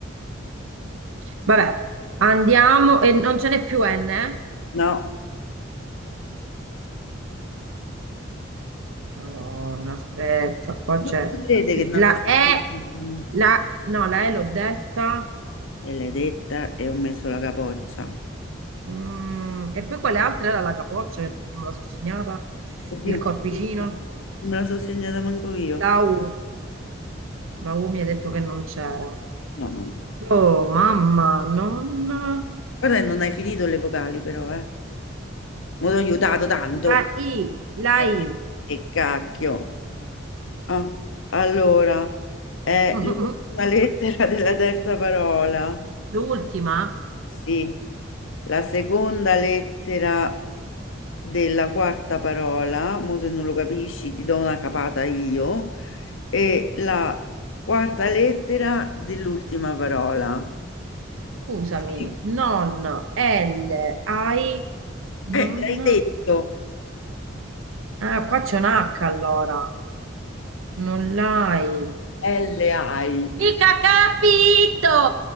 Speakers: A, on the right; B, on the left.
A: Vabbè, andiamo e non ce n'è più N, eh?
B: No.
A: Madonna, aspetta, qua c'è
B: Non si crede che non
A: la
B: la
A: E,
B: senti?
A: la, no, la E l'ho detta.
B: E l'hai detta e ho messo la capoccia.
A: Mm, e poi quale altra era la capoccia che non, non me la sono segnata?
B: Oddio,
A: Il corpicino?
B: ma scusa, non me la sono segnata manco io.
A: La U. La U mi ha detto che non c'era.
B: No, non so.
A: Oh, mamma, non...
B: Guarda, che non hai finito le vocali però, eh. Mi ho aiutato tanto.
A: La I, la
B: Eh,
A: I.
B: che cacchio. Ah, allora, è
A: <laughs>
B: l'ultima lettera della terza parola.
A: L'ultima?
B: Sì, la seconda lettera della quarta parola, mo se non lo capisci ti do una capata io, e la quarta lettera dell'ultima parola.
A: Scusami.
B: Sì.
A: Non, L, I, non...
B: Eh, l'hai detto.
A: Ah, qua c'è un H allora. Non l'hai.
B: LI.
A: Mica capito!